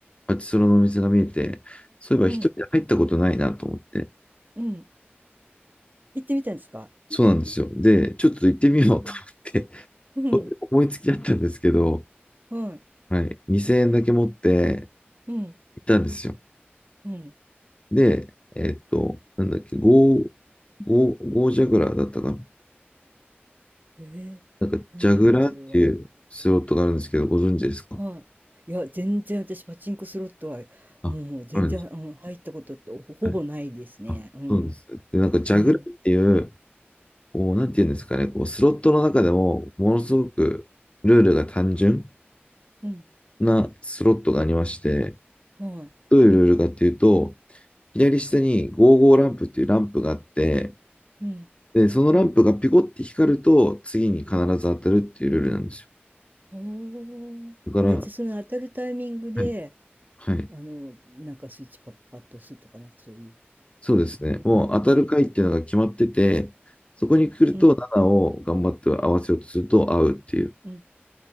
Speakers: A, on the left; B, on the right.
A: パチスロのお店が見えて、そういえば一人で入ったことないなと思って、
B: うん、うん。行ってみたんですか
A: そうなんですよ。で、ちょっと行ってみようと思って
B: へえうん、
A: <laughs> 思いつきだったんですけど、
B: はい、
A: はい、2000円だけ持って
B: うん、
A: 行ったんですよ。
B: うん。
A: で、えっと、なんだっけ、ゴー、ゴー、ゴージャグラーだったかな
B: えー、
A: なんか、
B: なんだろう、
A: ジャグラーっていうスロットがあるんですけど、
B: それは。
A: ご存知ですか
B: はい。いや、全然私、パチンコスロットは、
A: あ、
B: もう、全然、
A: あるんです
B: うん、入ったことってほ、ほぼないですね。
A: か。はい。あ、
B: うん、
A: そうです。で、なんか、ジャグラーっていう、
B: うん、
A: こう、なんていうんですかね、こう、スロットの中でも、ものすごくルールが単純
B: うん、
A: なスロットがありまして、
B: は
A: どういうルールかっていうと、左下に55ランプっていうランプがあって、
B: い、うん。
A: で、そのランプがピコって光ると、次に必ず当たるっていうルールなんです
B: おー。
A: よ。だから、
B: え、じゃあ、その当たるタイミングで、
A: はい、はい、
B: あの、なんかスイッチパッパッパッと押すとか、なんかそういう
A: そうですね。
B: のなのかなうん、
A: もう当たる回っていうのが決まってて、そこに来ると7を頑張って合わせようとすると合うっていう。
B: うん、うん。